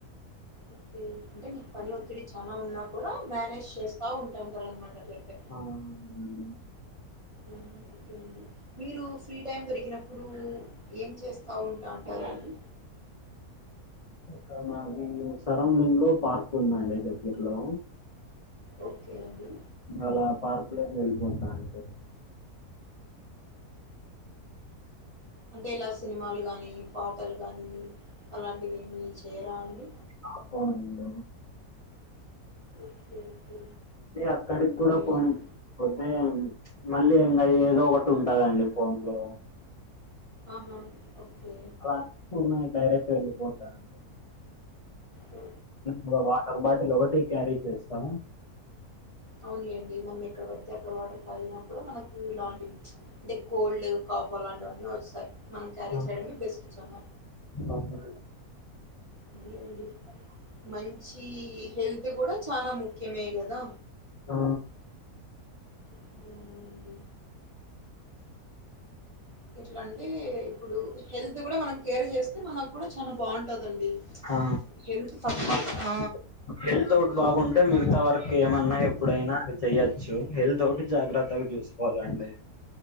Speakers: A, on the right (about 30°); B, on the left (about 65°).
A: ఓకే అంటే మీకు పని ఒత్తిడి చాలా ఉన్నా కూడా మేనేజ్ చేస్తా ఉంటంటారు అనమాట అట్లయితే
B: ఆ అదేండి
A: అహ ఓకే అండి మీరు ఫ్రీ టైమ్ దొరికినప్పుడు ఏం చేస్తా ఉంటా అంటరండి
B: ఇక్కడ మాది సరౌండింగ్ లో పార్క్ ఉందండి దగ్గర్లో
A: ఓకే అండి
B: అలా పార్కు లో వెళ్ళిపోత అండి
A: అంటే ఇలా సినిమాలు గాని పాటలు గాని అలాంటివి ఏమి చేయరా అండి
B: ఆ కొనండి
A: ఓకే ఓకే
B: ఏ అక్కడికి కూడా
A: నేనైతే
B: పోను పోతే ప్చ్ మళ్ళీ ఇంకా ఏదో ఒకటి ఉంటదండి ఫోన్ లో
A: ఆహ ఓకే
B: <unintelligible> డైరక్ట్ వెలిపోతా అండి
A: ఒ
B: ఉ గ వాటర్ బాటిల్ ఒకటి క్యారీ చేస్తాం
A: అవును లేండి మనం ఎక్కడ పడితే ఎక్కడ వాటర్ తాగిన కూడా మనకు లాంటివి ప్చ్ అంటే కోల్డ్ కాఫ్ అలాంటివన్ని వస్తాయి మనం క్యారీ
B: ఆ!
A: చేయడమే బెస్ట్ చానా
B: అవునా?
A: అదే అండి మంచి హెల్త్ కూడా చాలా ముఖ్యమే కదా
B: ఆ
A: అవునండి. అంటే ఎట్లా అంటే ఇప్పుడు హెల్త్ కూడా మనం కేర్ చేస్తే మనక్ కూడా చాల బాగుంటదండి
B: ఆ!
A: హెల్త్ ఫస్ట్
B: మన
A: ఆ
B: హెల్త్ అవుట్ బాగుంటే మిగతా వర్క్ ఏమన్నా ఎప్పుడైనా అది చెయ్యొచ్చు హెల్త్ ఒకటి జాగ్రత్తగా చూసుకోవాలండి